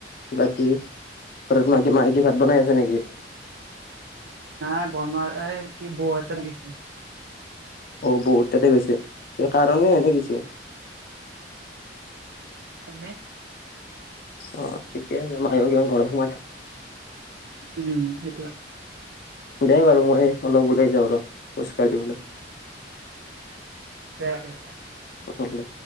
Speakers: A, on the left; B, on the right.
A: বাকী ঘৰত মা মায়ে কি ভাত বনাই আছে নেকি?
B: নাই বৰমাৰ কি বৌ হাতত দিছে।
A: অ বৌহত তাতে গৈছে কিবা কাৰনেই এনে গিছে
B: এনে
A: অ ঠিকে আছে মায়ও কিমান ঘৰত সোমাই থাকো
B: উম সেইটো।
A: দেই বাৰু মই অলপ ওলাই যাওঁ ৰ খোজ কাঢ়িবলৈ।
B: দে দে দে।
A: অ দে